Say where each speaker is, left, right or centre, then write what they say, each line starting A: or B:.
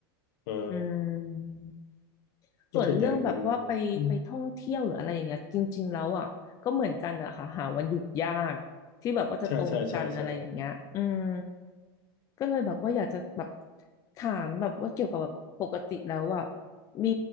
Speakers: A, on the left; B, on the left.
A: อ๋อ
B: อืม
A: ก็ส่วนใหญ่มัน
B: ส่วนเรื่องแบบว่าไปไปท่องเที่ยวหรืออะไรอย่างเงี้ยจริงๆแล้วอ่ะก็เหมือนกันอะค่ะหาวันหยุดยากที่แบบว่าจะตรงกันอะไรอย่างเงี้ยอืม
A: อืมใช่ใช่ใช่ใช่
B: ก็เลยแบบว่าอยากจะแบบถามแบบว่าเกี่ยวกับแบบปกติแล้วอ่ะมี